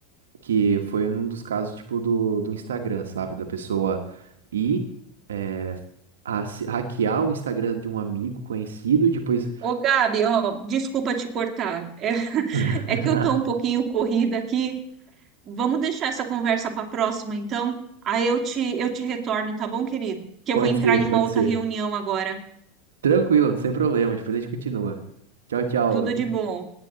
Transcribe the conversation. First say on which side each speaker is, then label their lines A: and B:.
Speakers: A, on the right; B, on the right.
A: que foi um dos casos, tipo, do, do Instagram, sabe? Da pessoa ir, é, a- se- hackear o Instagram de um amigo conhecido e depois.
B: Ô, Gabi, ó, desculpa te cortar. É, <laughs>
A: <laughs>
B: é que eu tô um pouquinho corrida aqui, Vamos deixar essa conversa para a próxima, então? Aí eu te, eu te retorno, tá bom, querido? Que
A: Pode
B: eu vou entrar
A: ser,
B: em uma
A: pode
B: outra
A: ser.
B: reunião agora.
A: Tranquilo, sem problema, depois a gente continua. Tchau, tchau.
B: Tudo de bom.